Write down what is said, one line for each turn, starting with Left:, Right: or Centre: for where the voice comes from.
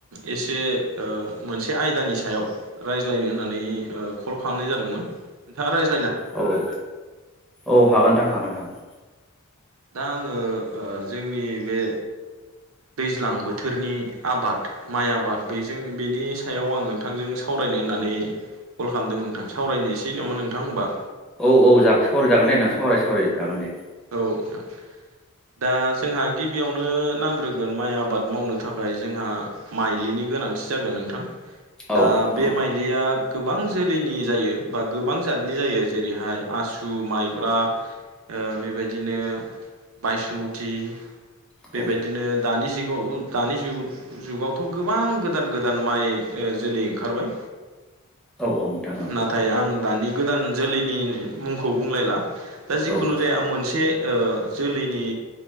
Right: एसे ओ मोनसे आयदानि सायाव रायज्लायनो होननानै ओ कल खालामनाय जादोंमोन। नोंथाङा रायज
Centre: औ औ औ हागोन नोथां हागोन हागोन।
Right: दा आङो ओ जोंनि बे दैज्लां बोथोरनि आबाद माइ आबाद बेजों बेनि सायाव आं नोंथांजों सावराय नो होननानै कल खालामदोंमोन नोंथां सावरायनोसै नामा नोंथां होमबा।
Centre: औ औ जा- सावराय जागोन दे नोंथां सावराय सावराय जागोन दे।
Right: औ नोंथां। दा जोंहा गिबियावनो नांग्रोगोन माइ आबाद मावनो थाखाय जोंहा माइलिनि गोनां थि जागोन नोंथां
Centre: औ
Right: दा बे
Centre: औ
Right: माइलिआ गोबां जोलैनि जायो बा गोबांजादनि जायो जेरैहाय आसु, माइब्रा ओ बेबायदिनो बायसुमुथि बेबायदिनो
Centre: औ
Right: दानि जि दानि जुग-जुगावथ' गोबां गोदान गोदान माइ ओ जोलै ओंखारबाय।
Centre: औ नोंथां औ
Right: नाथाय आं दानि गोदान जोलैनि मुंखौ बुंलायला। दा जिखुनु
Centre: औ
Right: इसे ओ जोलैनि